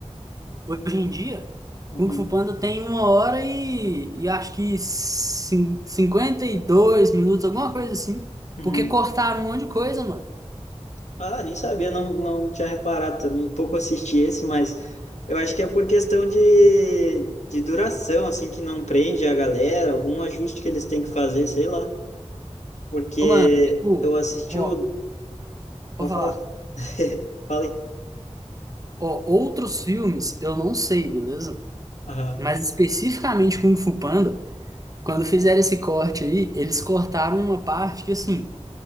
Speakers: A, on the right (about 30°); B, on the left (about 85°).
A: <clears throat> hoje em dia,
B: Uhum.
A: Kung Fu Panda tem uma hora e, e acho que cin- cinquenta e dois minutos, alguma coisa assim.
B: Uhum.
A: Porque cortaram um monte de coisa, mano.
B: Ah, nem sabia, não, não tinha reparado também. Pouco assisti esse, mas eu acho que é por questão de, de duração, assim, que não prende a galera, algum ajuste que eles têm que fazer, sei lá. porque
A: Ô, mano, tipo.
B: eu assisti
A: Ó,
B: o. Pode
A: Vou falar.
B: falar, <laughs> fala aí.
A: Ó, outros filmes eu não sei, beleza?
B: Aham,
A: Mas especificamente Kung Fu Panda, quando fizeram esse corte aí, eles cortaram uma parte que assim,